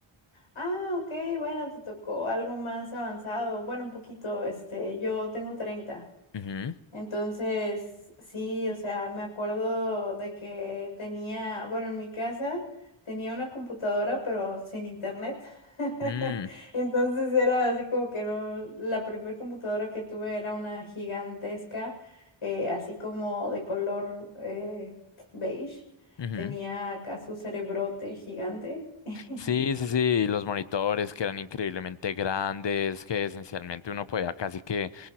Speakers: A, on the left; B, on the left.
A: Ah, ok, bueno, te tocó algo más avanzado. Bueno, un poquito, este, yo tengo treinta
B: Ujú.
A: Entonces, sí, o sea, me acuerdo de que tenía, bueno, en mi casa tenía una computadora, pero sin internet. <laughs>
B: Mm,
A: Entonces era así como que no, la primera computadora que tuve era una gigantesca, eh, así como de color eh, beige.
B: ujú.
A: Tenía acá su cerebrote gigante. <laughs>
B: Sí, sí, sí, los monitores que eran increíblemente grandes, que esencialmente uno podía casi que